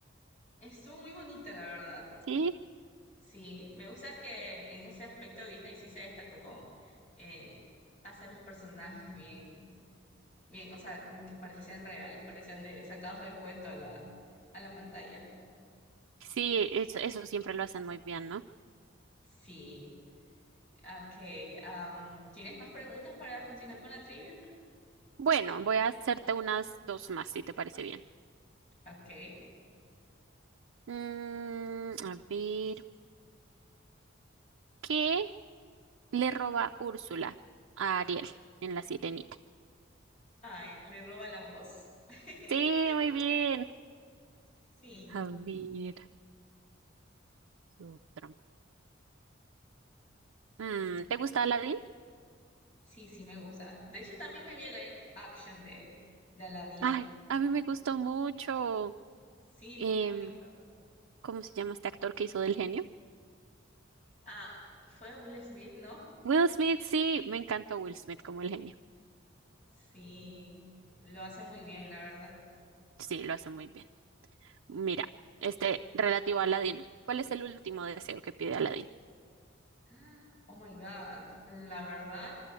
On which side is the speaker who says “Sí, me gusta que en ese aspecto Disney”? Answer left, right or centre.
Left